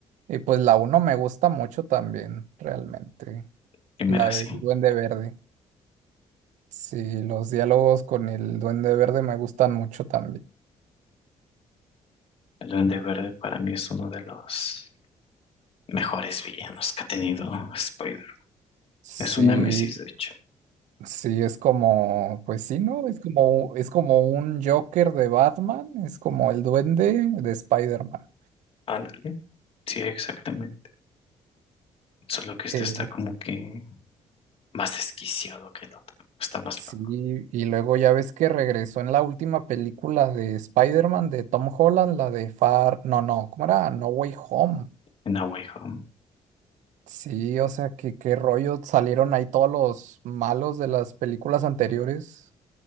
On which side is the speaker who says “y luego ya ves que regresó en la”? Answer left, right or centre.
Right